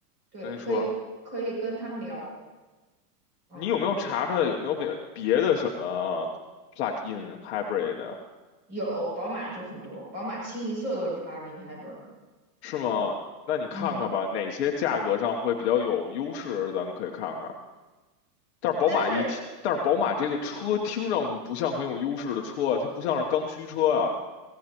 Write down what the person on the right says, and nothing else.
对，
可以可以跟他们聊，嗯，
对，
有宝马就很多，宝马清一色都是 plug-in hybrid，
嗯，
但是